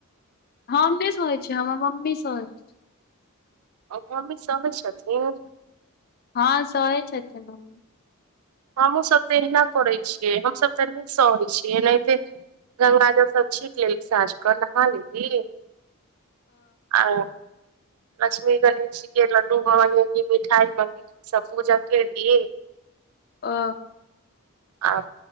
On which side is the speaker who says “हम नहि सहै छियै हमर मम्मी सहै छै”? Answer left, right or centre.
Left